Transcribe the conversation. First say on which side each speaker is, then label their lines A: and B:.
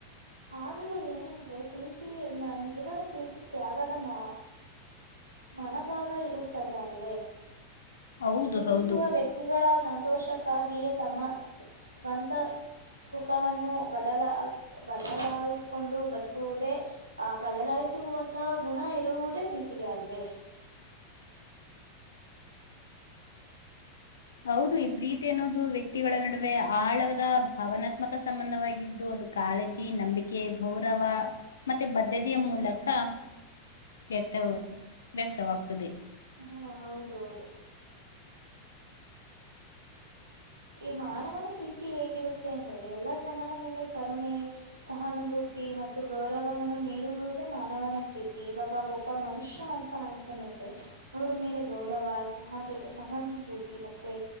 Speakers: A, on the right; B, on the left.
A: ಆದ್ರೂ ಏನಂದ್ರೆ ಪ್ರೀತಿ ನ ನಿಜವಾದ ಪ್ರೀತಿ ತ್ಯಾಗದ ಮಾ ಮನೋಭಾವ ಇರುತ್ತದೆ ಅಲ್ವೇ.
B: ಹೌದು
A: ಪ್ರೀತಿಸುವ
B: ಹೌದು
A: ವ್ಯಕ್ತಿಗಳ ಸನ್ ಸಂತೋಷಕ್ಕಾಗಿಯೇ ತಮ್ಮ ಸ್ವಂತ ಸುಖವನ್ನು ಬದಲ ಬದಲಾಯಿಸ್ಕೊಂಡು ಬದುಕುವುದೇ ಆ ಬದಲಾಯಿಸುವಂತ ಗುಣ ಇರುವುದೇ ಪ್ರೀತಿಗೆ ಅಲ್ವೇ.
B: ಹೌದು ಈ ಪ್ರೀತಿ ಅನ್ನೋದು ವ್ಯಕ್ ವ್ಯಕ್ತಿಗಳ ನಡುವೆ ಆಳವದ ಭಾವನಾತ್ಮಕ ಸಂಬಂಧವಾಗಿದ್ದು ಅದು ಕಾಳಜಿ ನಂಬಿಕೆ ಗೌರವ ಮತ್ತೆ ಬದ್ಧತೆಯ ಮೂಲಕ ವ್ಯಕ್ತ ವ್ಯಕ್ತವಾಗ್ತದೆ.
A: ಹಾ ಹೌದು ಹೌದು ಈ ಮಾನವನ ಪ್ರೀತಿ ಹೇಗಿರುತ್ತೆ ಅಂದ್ರೆ ಎಲ್ಲಾ ಜನರ ಮೇಲೆ ಕರುಣೆ ಸಹಾನುಭೂತಿ ಮತ್ತು ಗೌರವವನ್ನು ನೀಡುವುದೇ ಮಾನವನ ಪ್ರೀತಿ ಇವಾಗ ಒಬ್ಬ ಮನುಷ್ಯ ಅಂತ ಅಂದ ಮೇಲೆ ಅವ್ರ ಮೇಲೆ ಗೌರವ ಸಹಬು ಸಹಾನುಭೂತಿ ಮತ್ತೆ